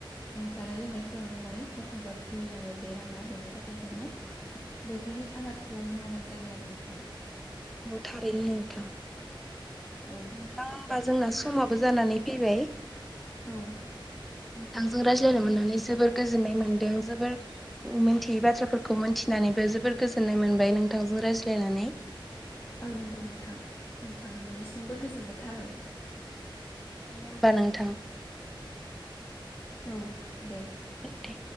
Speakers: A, on the left (about 25°); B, in the centre.
A: जानाय लोंनायफोरावबो माने हेफाजाब। होयो आरो बे राङा बेनि थाखाय जोङो बेफोरनि आबादखौ मावनाय जायो आरो नोंथां।
B: औ थारैनो नोंथां।
A: औ
B: नोंथाङा होमबा जोंना समाबो जानानै फैबाय।
A: औ
B: नोंथांजों रायज्लायनो मोननानै जोबोर गोजोननाय मोन्दों जोबोर। मिथियै बाथ्राफोरखौ मोनथिनानैबो जोबोर गोजोननाय मोनबाय नोंथांजों रायज्लायनानै।
A: औ नंगौ नोंथां नोंथांनिसिमबो गोजोननाय थाबाय।
B: दे होमबा नोंथां।
A: औ दे।
B: दे